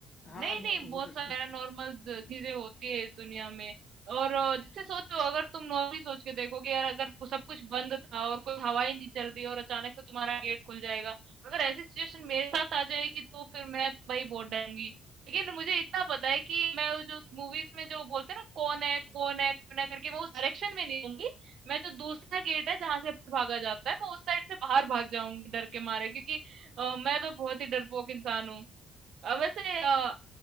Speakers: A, on the left; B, on the right.
A: हाँ
B: नहीं,
A: लो-
B: नहीं, बहुत
A: हो सकती
B: सारी पैरानॉर्मल द चीज़ें होती है इस दुनिया में और अ, जैसे सोचो अगर तुम नॉर्मली सोच के देखो कि यार अगर कु- सब कुछ बंद था और कोई हवा ही नहीं चल रही और अचानक से तुम्हारा गेट खुल जाएगा, अगर ऐसी सिचुएशन मेरे साथ आ जाएगी तो फिर मैं तो भाई बहुत डरूंगी। लेकिन मुझे इतना पता है कि मैं वो जो मूवीज में जो बोलते हैं ना कौन है कौन है कौन है करके मैं उस डायरेक्शन में नहीं जाऊंगी मैं जो दूसरा गेट है जहां से भागा जाता है मैं उस साइड से बाहर भाग जाऊंगी डर के मारे क्योंकि अ, मैं तो बहुत ही डरपोक इंसान हूँ अ, वैसे अ,